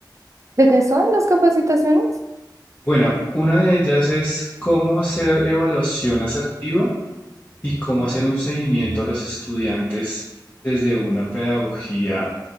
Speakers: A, on the right; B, on the left.
A: ¿De qué son las capacitaciones?
B: Bueno, una de ellas es cómo hacer evaluación asertiva y cómo hacer un seguimiento a los estudiantes desde una pedagogía